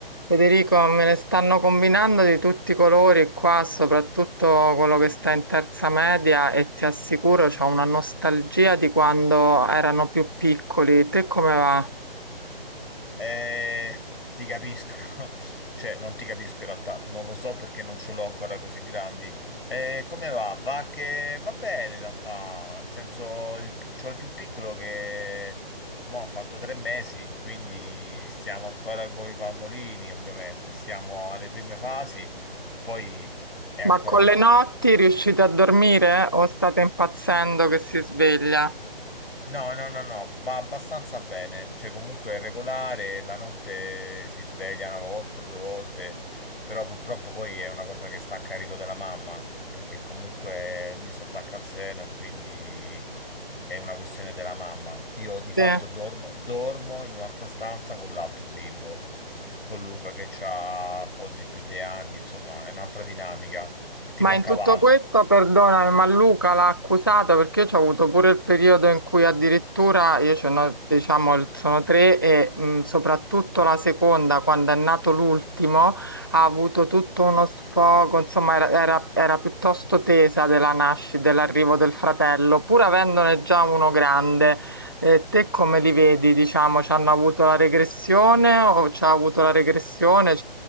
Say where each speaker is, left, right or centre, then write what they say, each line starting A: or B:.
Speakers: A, on the left; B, on the left.
A: Federico, me ne stanno combinando di tutti i colori qua, soprattutto quello che sta in terza media e ti assicuro c'ho una nostalgia di quando erano più piccoli. Te come va?
B: Eh, ti capisco, <laughs> cioè non ti capisco in realtà, non lo so perché non ce l'ho ancora così grandi. Eh, come va? Va che va bene in realtà, nel senso il, c'ho il più piccolo che mo ha fatto tre mesi, quindi stiamo ancora con i pannolini ovviamente, siamo alle prime fasi, poi è
A: Ma
B: ancora
A: con
B: un,
A: le
B: co-
A: notti riuscite a dormire o state impazzendo che si sveglia?
B: No, no, no, no, va abbastanza bene, cioè comunque è regolare, la notte si sveglia una volta, due volte, però purtroppo poi è una cosa che sta a carico della mamma, perché comunque lui si attacca al seno e quindi è una questione della mamma. Io di fatto
A: Sì.
B: dormo, dormo in un'altra stanza con l'altro bimbo, con Luca che ha un po' di più di anni, insomma, è un'altra dinamica, è tipo
A: Ma
B: un
A: in
B: cavallo.
A: tutto questo, perdonami, ma Luca l'ha accusata perché io ho avuto pure il periodo in cui addirittura io ce n'ho, diciamo, il- sono tre e mh, soprattutto la seconda, quando è nato l'ultimo, ha avuto tutto uno sfogo, insomma, era, era- era piuttosto tesa della nascita, dell'arrivo del fratello, pur avendone già uno grande. Eh, te come li vedi, diciamo, ci hanno avuto la regressione o ci ha avuto la regressione?